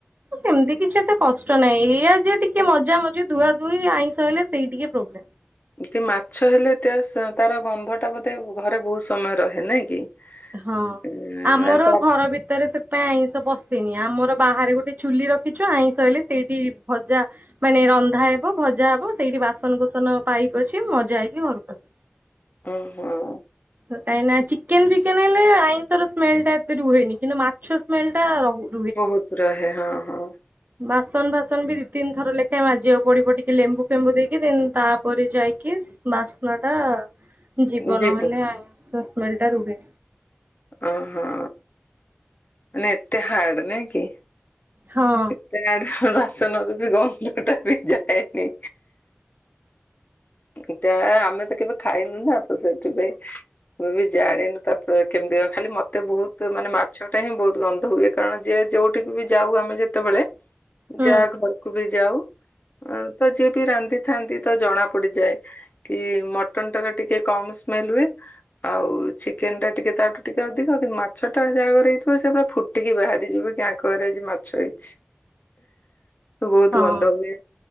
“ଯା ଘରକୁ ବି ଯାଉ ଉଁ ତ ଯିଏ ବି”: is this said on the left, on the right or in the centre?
Left